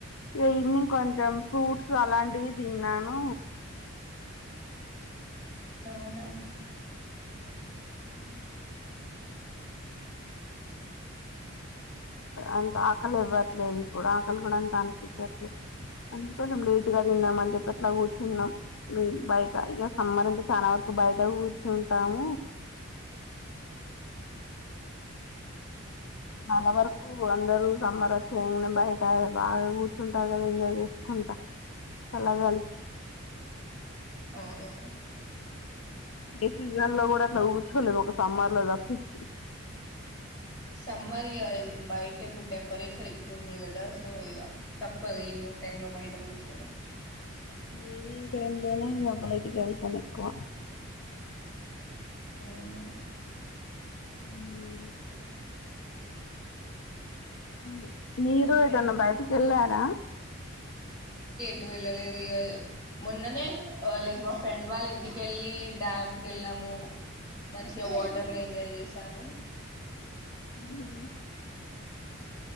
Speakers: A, on the left (about 80°); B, on the left (about 20°).
A: ఇక ఈవినింగ్ కొంచెం ఫ్రూట్స్ అలాంటి వి తిన్నాను
B: అవున
A: హ అంత ఆకలి ఇవ్వట్లేదు ఇప్పుడు ఆకలి కూడ అంత అనిపించట్లేదు అందుకోసం లేటు గా తిన్నామ అని చెప్పి అట్లా కూర్చున్నా మేము బయట ఇక సమ్మర్ అంటె చాలా వరకు బయటె కూర్చుంటాము చాల వరకు అందరుూ సమ్మర్ వచ్చ ఏ బయట బాగా కూర్చుంటారు కదా ఎంజాయ్ చేసుకుంటా చల్ల గాలిక్
B: అవును
A: ఏ సీజన్లో కూడ అట్ల కూర్చోలేదు ఒక సమ్మర్ లో తప్పించి
B: సమ్మర్ ఇగ బయటె ఇప్పుడ్ టెంపరేచర్ ఎక్కువే ఉంది కదా సో ఇక తప్పదు ఈవినింగ్ టైమ్ లో బయట కూర్చోడం
A: ఈవ్నింగ్ టైమ్ లోనె ఇంక అ బయటికి వెళ్తాను ఎక్కుగా
B: అవున
A: హుమ్ హు మీీరు
B: ఓకే
A: ఏటన్న
B: అండి
A: బయటకి వెళ్ళార
B: టు వెళ్ళలేదు ఇగ మొన్ననే లైక్ మా ఫ్రెండ్ వాళ్ళ ఇంటికెళ్ళి డ్యామ్ కెళ్ళాము మంచిగ వాటర్ లో ఎంజాయ్ చేసాము
A: హుమ్